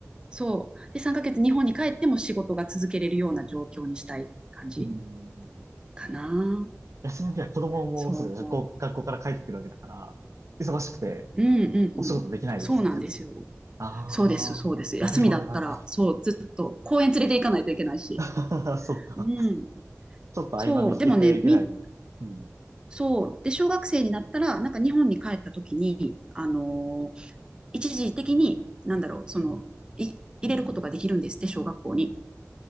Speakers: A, on the right; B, on the right.
A: そう。で、3ヶ月日本に帰っても仕事が続けれるような状況にしたい感じ
B: うん。
A: かな。
B: 休みの日は子供も、
A: そう。
B: そうだよね、学校、学校から帰ってくるわけだから、忙しくて
A: うんうんうん。
B: お仕事できないですもんね。
A: そうなんですよ。
B: ああ、
A: そうです、そうです。休みだったら、
B: なるほど、なるほど。
A: そう、ずっと公園連れて行かないといけないし。
B: <laughs> そっか。
A: うん。
B: ちょっと合間見つけてぐらいに。
A: そう、でもね、み、
B: うん。
A: そう。で、小学生になったら、なんか日本に帰った時に、あのー一時的に、なんだろう、その、い、入れることができるんですって、小学校に。